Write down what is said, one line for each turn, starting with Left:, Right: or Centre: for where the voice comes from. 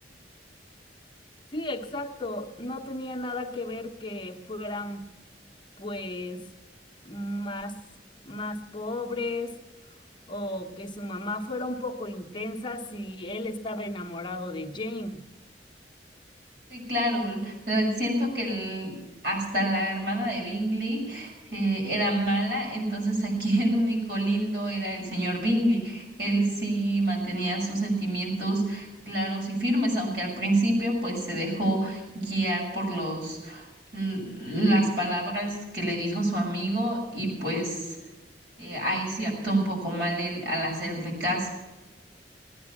Left: Sí, exacto. No tenía nada que ver que fueran, pues, más, más pobres o que su mamá fuera un poco intensa si él estaba enamorado de Jane.
Right: Sí, claro, l- la- siento que el- hasta la hermana de Bingley eh, era mala, entonces aquí <laughs> el único lindo era el señor Bingley. Él sí mantenía sus sentimientos claros y firmes, aunque al principio pues se dejó guiar por los l- las palabras que le dijo su amigo y pues eh, ahí sí actuó un poco mal él al hacerle caso.